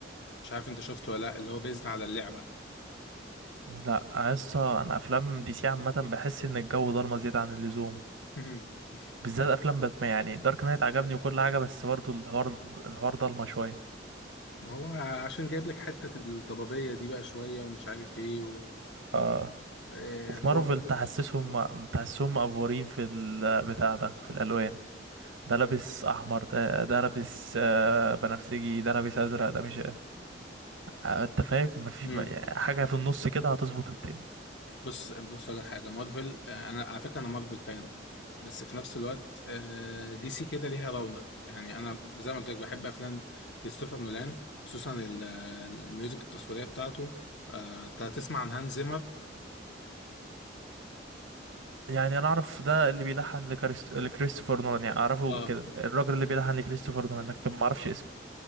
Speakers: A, on the left; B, on the right.
A: مش عارف انت شفته ولا لا اللي هو بيزد على اللعبة
B: لا يا اسطى انا افلام دي سي عامه بحس ان الجو ضلمه زياده عن اللزوم
A: <laughs>
B: بالذات افلام باتمان يعني دارك نايت عجبني وكل حاجه بس برضو الحوار الحوار ضلمه شويه
A: هو عشان جايب لك حتة الضبابية دي بقى شوية ومش عارف ايه و...
B: آه.
A: آه
B: وفي
A: هو
B: مارفل تحسسهم تحسسهم مقفورين في البتاع ده في الالوان ده لابس احمر ده ده لابس آه، بنفسجي ده لابس ازرق ده مش آه، انت فاهم مفي-
A: مم.
B: ما في حاجه في النص كده هتظبط الدنيا
A: بص بص على حاجه مارفل آه، انا على فكره انا مارفل فان بس في نفس الوقت آه، دي سي كده ليها رونق يعني انا زي ما قلت لك بحب افلام كريستوفر نولان خصوصا ال- آه، الميوزك التصويريه بتاعته آه، انت هتسمع عن هانز زيمر
B: يعني انا اعرف ده اللي بيلحن لكريست... لكريستوفر نولان يعني اعرفه
A: اه
B: كده الراجل اللي بيلحن لكريستوفر نولان لكن ما اعرفش اسمه